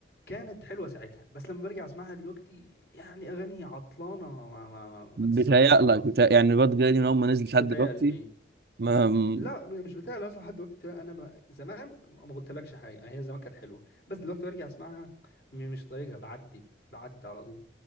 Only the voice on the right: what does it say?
بتهيألك
بتهيأ يعني باد جاي دي من أول ما نزلت
لحد دلوقتي
ما م-